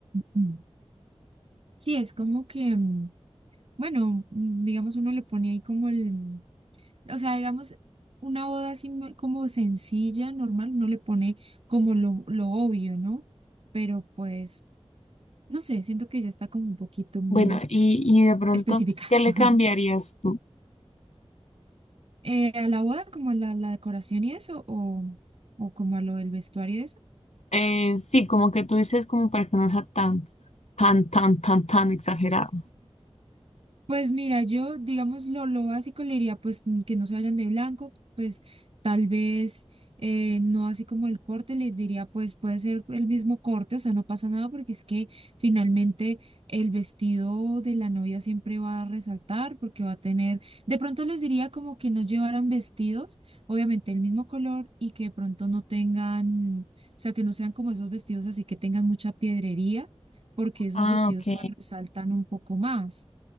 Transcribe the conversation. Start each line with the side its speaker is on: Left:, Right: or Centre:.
Right: Mm. Sí, es como que, mm, bueno, mm, digamos, uno le pone ahí como el, o sea, digamos, una boda así mu- como sencilla, normal, uno le pone como lo, lo obvio, ¿no? Pero pues, no sé, siento que ya está como un poquito muy
Left: Bueno, y, y de pronto,
Right: específica.
Left: ¿qué le
Right: <laughs>
Left: cambiarías tú?
Right: Eh, ¿a la boda como a la, la decoración y eso, o, o como a lo del vestuario y eso?
Left: Eh, sí, como que tú dices como para que no sea tan, tan, tan, tan, tan exagerado.
Right: Pues mira, yo, digamos, lo, lo básico le diría, pues, mm, que no se vayan de blanco, pues, tal vez, eh, no así como el corte, le diría, pues, puede ser el mismo corte, o sea, no pasa nada, porque es que finalmente el vestido de la novia siempre va a resaltar, porque va a tener, de pronto les diría como que no llevaran vestidos, obviamente el mismo color, y que de pronto no tengan, o sea, que no sean como esos vestidos así que tengan mucha piedrería, porque esos
Left: Ah,
Right: vestidos,
Left: ok.
Right: pues, resaltan un poco más